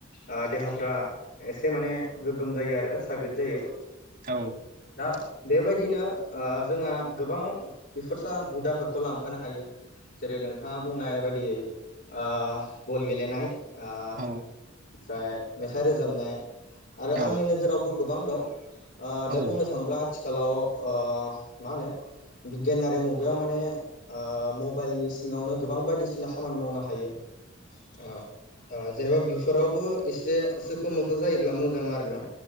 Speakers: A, on the left; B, on the right.
A: ओ देहाफ्रा एसे माने गोग्गोम जायो आरो साग्रिद जायो।
B: औ औ
A: दा बेबायदिनो ओ जोंहा गोबां बिफुरसा हुदाफोरखौ लांफानो हायो, जेरै नोंथाङा बुंनाय बायदियै ओ बल गेलेनाय ओ
B: औ
A: ओमफ्राय मेथाइ रोजाबनाय, आरो आंनि
B: औ
A: नोजोरावबो गोबां दं। ओ दा
B: औ
A: बुंनो थाङोब्ला थिखालाव ओ मा होनो बिगियानारि मुगायाव माने आ मबाइलनि सि ङावनो गोबां बायदिसिना खामानि मावनो हायो। आ दाज। जेनेबा बिफोरावबो एसे सोखोम मोखो जायोब्ला मोजां आरो ना।